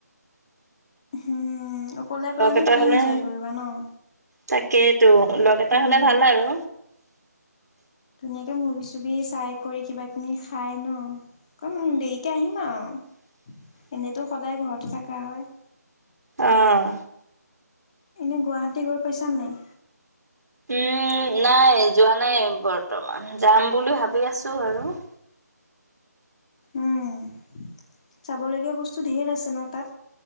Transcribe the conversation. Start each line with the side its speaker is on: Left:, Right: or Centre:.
Left: উম অকলে অকলেনো
Right: এটা
Left: কি
Right: হ'লে
Left: ইনজয় কৰিবা ন <unintelligible>
Right: তাকেইতো লগ এটা
Left: উম।
Right: হলে ভাল আৰু
Left: ধুনীয়াকে মুভি চুভি চাই কৰি কিবা কিনি খাই ন ক দেইকে আহিম আৰু <unintelligible>
Right: হয়
Left: এনেইতো সদায় ঘৰতে থাকা হয়
Right: আহ
Left: এনে গুৱাহাটী গৈ পাইছা নাই
Right: উম নাই যোৱা নাই বৰ্তমান যাম বুলি ভাবি আছো আৰু <inaudible>
Left: উম চাবলগীয়া বস্তু ঢেৰ আছে ন তাত